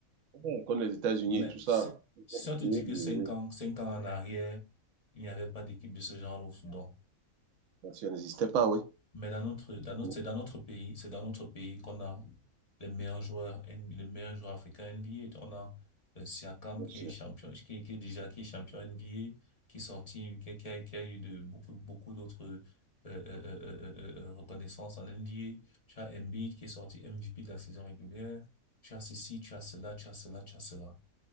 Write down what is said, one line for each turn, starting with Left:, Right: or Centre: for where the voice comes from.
Right: Ouais, Comme les États-Unis
Left: Mais
Right: et tout ça.
Left: c'est- si on te
Right: Oui,
Left: dit que
Right: oui, oui.
Left: cinq ans, cinq ans en arrière, il n'y avait pas d'équipe de ce genre au Soudan.
Right: Bien sûr, n'existait pas, oui.
Left: Mais dans notre, dans notre,
Right: Oui,
Left: c'est dans notre pays, c'est dans notre pays qu'on a les meilleurs joueurs, N- B A les meilleurs joueurs africains NBA. On a euh, Siakam
Right: Bien
Left: qui
Right: sûr.
Left: est champion, qui, qui est déjà qui est champion NBA, qui est sorti, qui, a, qui a- qui a eu de beaucoup, beaucoup d'autres euh, euh, euh, euh, euh, euh, euh, euh, reconnaissances en NBA. Tu as Embiid qui est sorti MVP de la saison régulière. Tu as ceci, tu as cela, tu as cela, tu as cela.